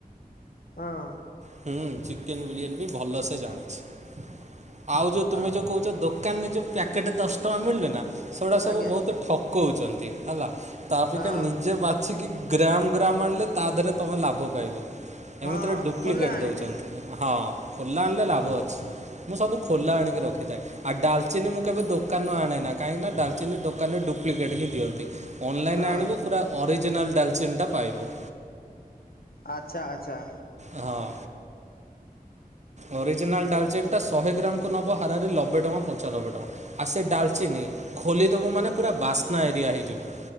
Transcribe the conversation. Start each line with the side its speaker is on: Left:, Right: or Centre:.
Left: ହଁ।
Right: ହୁଁ ଚିକେନ ବିରିୟାନୀ ବି ଭଲସେ ଜାଣିଛି। ଆଉ ଯେଉଁ ତୁମେ
Left: ଆଚ୍ଛା
Right: ଯେଉଁ କହୁଛ ଦୋକାନରେ ଯେଉଁ ପ୍ୟାକେଟ୍ ଦଶ ଟଙ୍କା ମିଳିଲୁ ନା ସେଗୁଡ଼ା ସବୁ
Left: ଆଜ୍ଞା
Right: ବହୁତ ଠକ କହୁଛନ୍ତି ହେଲା ତାପକ୍ଷା
Left: ହଁ
Right: ନିଜେ ବାଛିିକି ଗ୍ରାମ ଗ୍ରାମ ତା ଦେହରେ ତମେ ଲାଭ ପାଇବ।
Left: ହଁ।
Right: ଏମିତିରେ
Left: ଖୋଲା
Right: ଡୁପ୍ଲିକେଟ୍
Left: ଆଣିଲେ
Right: ଦେଉଛନ୍ତି ହଁ ଖୋଲା ଆଣିଲେ
Left: ହଁ
Right: ଲାଭ ଅଛି। ମୁଁ ସବୁ ଖୋଲା ଆଣିକି ରଖିଥାଏ ଆ ଡାଲଚିନି ମୁଁ କେବେ ଦୋକାନରୁ ଆଣେ କାହିଁକି ନା ଡାଲଚିନି ଦୋକାନରେ ଦୁପୁ ପ୍ଲିକେଟ୍ ହିଁ ଦିଅନ୍ତି ଅନଲାଇନେ
Left: ହଁ
Right: ଆଣିବ ପୁରା ଅରିଜିନାଲ୍ ଡଲଚିନ ପାଇବ।
Left: ଆଚ୍ଛା ଆଚ୍ଛା।
Right: ହଁ। ଅରିଜିନାଲ୍ ଡାଲଚିନନ୍ ଟା ଶହେ ଗ୍ରାମ କୁ ନବ ହାରାରି ନବେ ଟଙ୍କା ପଞ୍ଚାନବେ ଟଙ୍କ ଆଉ ସେ ଡାଲଚିନ ଖୋଲିଦବ ମାନେ ପୁରା ବାସ୍ନା ଏରିଆ ହେଇଯିବ।